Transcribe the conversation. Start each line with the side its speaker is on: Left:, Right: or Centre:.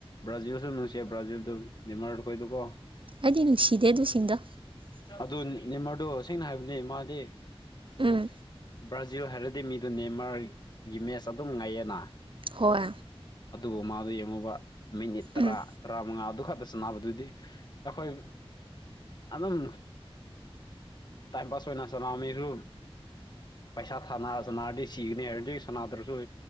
Left: ꯕ꯭ꯔꯥꯖꯤꯜꯁꯨ ꯅꯨꯡꯁꯤ ꯕ꯭ꯔꯥꯖꯤꯜꯗꯨ ꯗꯤꯃꯥꯔꯠꯈꯣꯏꯗꯨꯀꯣ
Right: ꯑꯩꯗꯤ ꯅꯨꯡꯁꯤꯗꯦ ꯑꯗꯨꯁꯤꯡꯗ
Left: ꯑꯗꯨ ꯅꯤꯃꯔꯗꯣ ꯁꯦꯡꯅ ꯍꯥꯏꯕꯅꯦ ꯃꯥꯗꯤ
Right: ꯎꯝ
Left: ꯕ꯭ꯔꯥꯖꯤꯜ ꯍꯥꯏꯔꯗꯤ ꯃꯤꯗꯨ ꯅꯦꯃꯥꯔꯒꯤ ꯃꯦꯠꯆ ꯑꯗꯨꯝ ꯉꯥꯏꯌꯦꯅ
Right: ꯍꯣꯏ
Left: ꯑꯗꯨꯒ ꯃꯥꯗꯣ ꯌꯦꯡꯉꯣꯕ ꯃꯤꯅꯤꯠ ꯇꯔꯥ
Right: ꯎꯝ
Left: ꯇꯔꯥꯃꯉꯥꯗꯨ ꯈꯛꯇ ꯁꯥꯟꯅꯕꯗꯨꯗꯤ ꯑꯩꯈꯣꯏ ꯑꯗꯨꯝ ꯇꯥꯏꯝ ꯄꯥꯁ ꯑꯣꯏꯅ ꯁꯥꯟꯅꯕ ꯃꯤꯁꯨ ꯄꯩꯁꯥ ꯊꯥꯅꯔ ꯁꯥꯟꯅꯔꯗꯤ ꯁꯤꯒꯅꯤ ꯍꯥꯏꯔꯗꯒꯤ ꯁꯥꯟꯅꯥꯗ꯭ꯔꯁꯨ